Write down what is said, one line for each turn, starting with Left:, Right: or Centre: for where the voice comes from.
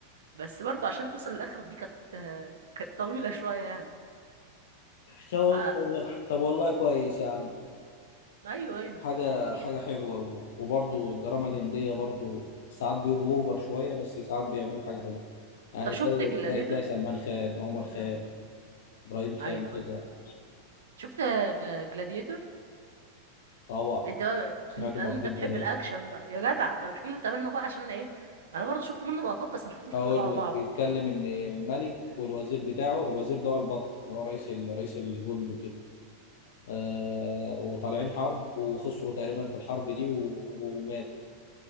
Right: بس برضه عشان توصل للاخر دي كانت <laughs> آه، كانت طويله شويه يعني
Left: شو-
Right: ف
Left: طب طب والله كويس يا عم
Right: ايوه ايوه
Left: حاجه
Right: في
Left: حاجه
Right: في-
Left: حلوه و- وبرضو الدراما الهنديه برضو ساعات بيبقوا اوفر شويه بس ساعات بيعملوا حاجه حلوه يعني
Right: طب شفت
Left: تلاقي
Right: جلاديتور
Left: تلاقي تلاقي سلمان خان عمر خان ابراهيم خان
Right: ايوه
Left: كده
Right: ايوه شفت جلاديتور
Left: طبعا
Right: انت بقى
Left: سمعته
Right: انت انت
Left: مرتين
Right: بتحب
Left: ثلاثه
Right: الاكشن بقى يا جدع طب احكي لي انت منه بقى عشان انا ايه انا برضه شفت منه لقطات بس ما شفتوش
Left: اقول
Right: كله على
Left: لك
Right: بعض
Left: بيتكلم ان ملك والوزير بتاعه الوزير ده هو البطل اللي هو رئيس ال- رئيس الجند وكده آه، وطالعين حرب وخسروا تقريبا في الحرب دي و- وماتوا